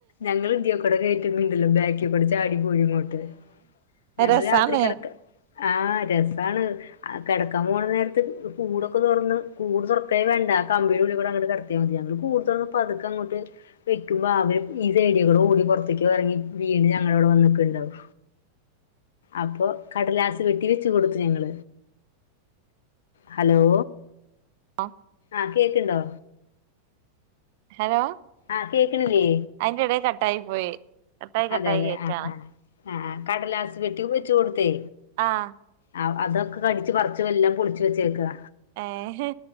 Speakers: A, on the left; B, on the right.
A: <unintelligible> അടി പോയി ഇങ്ങോട്ട് ഞങ്ങള്
B: ഏഹ് രസാണ്
A: രാത്രി കിടക്ക ആഹ രസാണ് ആഹ് കിടക്കാൻ പോണ നേരത്ത് കൂടൊക്കെ തുറന്ന് കൂട് തുറക്കേ വേണ്ട കമ്പിടെ ഉള്ളി കൂടെ അങ്ങോട് കിട ഞങ്ങള് കൂടുതലും പതുക്ക അങ്ങോട്ട് വെക്കുമ്പോ അവര് ഈ സൈഡിൽകൂടെ ഓടി പുറത്തേക്ക് ഇറങ്ങി വീണ് ഞങ്ങളവിടെ വന്നൊക്കെണ്ടാവും അപ്പോ കടലാസ് പെട്ടി വെച്ച് കൊടുത്തു ഞങ്ങൾ ഹലോ
B: ആഹ്
A: ആഹ് കേക്ക്ണ്ടോ
B: ഹലോ
A: ആഹ് കേക്കണില്ലേ
B: അതിന്റെ ഇടയി കട്ടായി പോയി കട്ടായി കട്ടായി
A: അതെല്ലെ
B: കേക്കാണ്
A: ആഹ് ആഹ് ആഹ് കടലാസ് പെട്ടി വച്ച് കൊടുത്തേ
B: ആഹ്
A: ആഹ് അതൊക്കെ കടിച്ച് പറിച്ച് എല്ലാം പൊളിച്ച് വെച്ചേക്കുക
B: ഏഹ്